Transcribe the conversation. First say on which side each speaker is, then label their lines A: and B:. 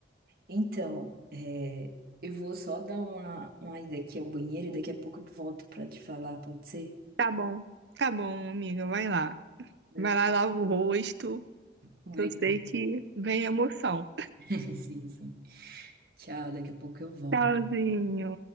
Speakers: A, on the right (about 55°); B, on the right (about 75°).
A: Então, é, eu vou só dar uma, uma ida aqui ao banheiro e daqui a pouco eu volto para te falar, pode ser?
B: Tá bom, tá bom, amiga, vai lá.
A: Viu?
B: Vai lá, lava o rosto,
A: Obrigada.
B: que eu sei que vem emoção.
A: <laughs> Sim, sim. Tchau, daqui a pouco eu volto.
B: Tchauzinho.